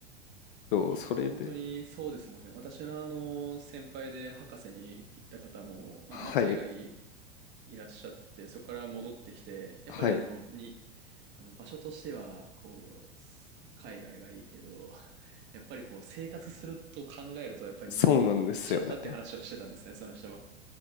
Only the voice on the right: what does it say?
結構本当にそうですもんね。
私のあの、先輩で博士に行った方も、あの、まあ、
海外いらっしゃって、そこから戻ってきて、やっぱりあの、
に、あの、場所としては、こう、す海外がいいけど、<laughs> やっぱりこう、生活すると考えると、やっぱり日本に戻ってきちゃったって話をしてたんですね、
その人も。